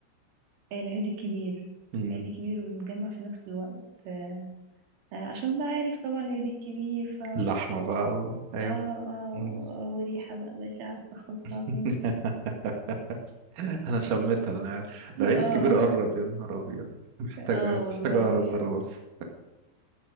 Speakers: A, on the right; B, on the right.
A: العيد الكبير
B: مم.
A: العيد الكبير ونتجمع في نفس الوقت آه، آه، عشان بقى عارف طبعا العيد الكبير ف
B: اللحمة بقى وال- ايوه
A: اه اه و-
B: مم.
A: وريحة بقى بشعة استغفر الله
B: <laughs>
A: العظيم
B: انا شميتها انا عارف. ده
A: <laughs>
B: العيد
A: اه
B: الكبير قرب يا نهار ابيض محتاجة
A: اه والله
B: محتاجة اهرب بره مصر